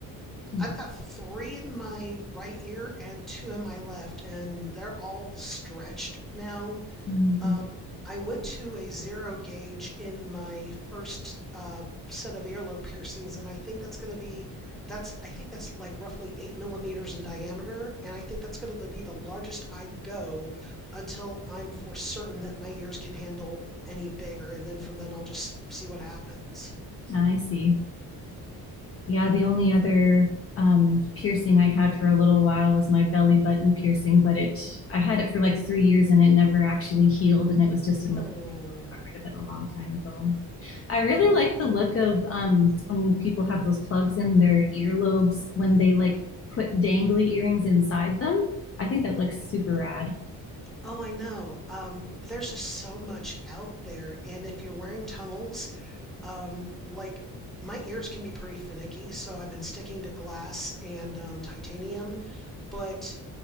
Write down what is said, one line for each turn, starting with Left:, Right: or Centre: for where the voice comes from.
Left: yeah.
Centre: I've got three in my right ear and two in my left, and they're all stretched now.
Left: Mm-hmm.
Centre: Um, I went to a zero gauge in my first uh, set of earlobe piercings, and I think that's going to be that's I think that's like roughly eight millimeters in diameter, and I think that's going to be the largest I go until I'm for certain that my ears can handle any bigger, and then from then I'll just see what happens.
Left: Ah, I see. Yeah, the only other um, piercing I had for a little while was my belly button piercing, but it I had it for like three years and it never actually healed, and it was just in
Centre: Oh,
Left: the of it a long time ago. I really like the look of um, when people have those plugs in their earlobes when they like put dangly earrings inside them. I think that looks super rad.
Centre: oh, I know. Um, there's just so much out there, and if you're wearing tunnels, um, like my ears can be pretty finicky, so I've been sticking to glass and um, titanium. But